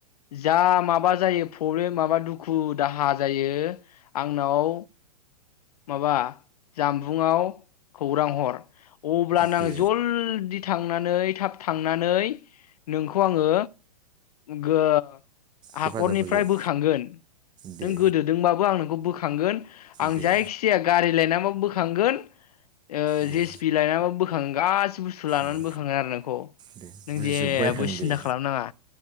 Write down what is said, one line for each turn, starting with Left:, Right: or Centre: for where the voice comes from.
Left: जा माबा जायो प्रब्लेम माबा दुखु दाहा जायो आंनाव माबा जानबुंङाव खौरां हर अ अब्ला नो
Right: दे
Left: आं जलदि थांनानै थाब थांनानै नोंखौ आङो गो
Right: हेफाजाब
Left: हाखरनिफ्राय
Right: होगोन
Left: बोखांगोन
Right: दे
Left: नों गोदोदोंबाबो आं नोंखौ बोख थांगोन आं
Right: दे
Left: जायखिजाया गारि लायनाबाबो बोखांगोन ओ
Right: दे
Left: जि सि पि लायना बाबो बोख हां गास बुस्थु लानानै
Right: दे
Left: बोखांगोन आरो नोंखौ
Right: दे
Left: नों
Right: बुजिजोब्बाय
Left: जेबो
Right: आं
Left: सिन्था
Right: दे
Left: खालामनाङा